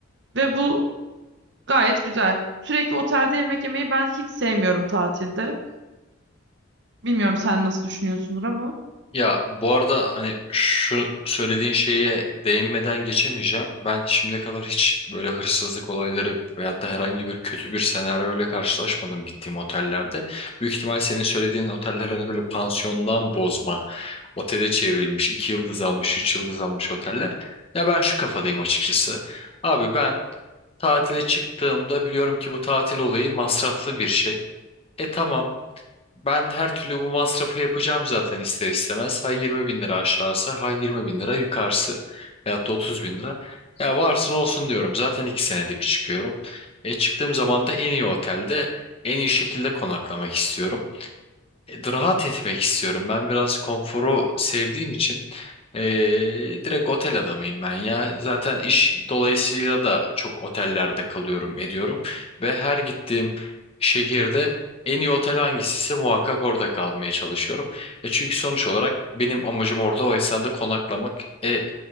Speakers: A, on the right (about 60°); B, on the left (about 30°).
A: Ve bu gayet güzel. Sürekli otelde yemek yemeyi ben hiç sevmiyorum tatilde. Bilmiyorum sen nasıl düşünüyorsundur ama.
B: Ya bu arada hani şu söylediğin şeye değinmeden geçemeyeceğim. Ben şimdiye kadar hiç böyle hırsızlık olayları veyahut da herhangi bir kötü bir senaryoyla karşılaşmadım gittiğim otellerde. Büyük ihtimal senin söylediğin oteller hani böyle pansiyondan bozma, otele çevrilmiş, iki yıldız almış, üç yıldız almış oteller. Ya ben şu kafadayım açıkçası. Abi ben Tatile çıktığımda biliyorum ki bu tatil olayı masraflı bir şey. E tamam ben her türlü bu masrafı yapacağım zaten ister istemez. Ha 20 bin lira aşağısı ha 20 bin lira yukarısı veyahut da 30 bin lira. Ya varsın olsun diyorum zaten iki senede bir çıkıyorum. E çıktığım zaman da en iyi otelde en iyi şekilde konaklamak istiyorum e, rahat etmek istiyorum. Ben biraz konforu sevdiğim için e, direkt otel adamıyım ben ya. Zaten iş dolayısıyla da çok otellerde kalıyorum ediyorum. Ve her gittiğim şehirde en iyi otel hangisiyse muhakkak orada kalmaya çalışıyorum. E çünkü sonuç olarak benim amacım orada o esnada konaklamak. E,